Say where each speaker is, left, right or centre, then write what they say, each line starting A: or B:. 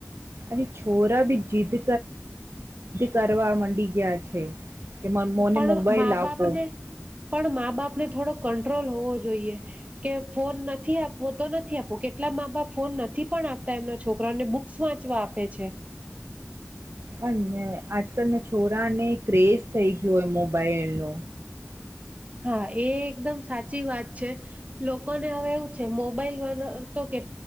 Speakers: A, on the right; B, on the right.
A: અને છોરા ભી જીદ કરવામાં માંગે બી ગયા છે. કે મને
B: પણ
A: મોબાઈલ
B: મા
A: આપો
B: બાપને પણ મા બાપ ને થોડો ક કંટ્રોલ હોવું જોઈએ, કે ફોન નથી આપવો તો નથી આપવું કેટલા મા બાપ ફોન નથી પણ આપતા એમના છોકરાને બુક્સ વાંચવા આપે છે.
A: અને આજકાલના છોરા ને ક્રેઝ થઈ ગયો હોય મોબાઈલનો.
B: હા એ એકદમ સાચી વાત છે, લોકોને હવે એવું છે મોબાઈલ વા તો કે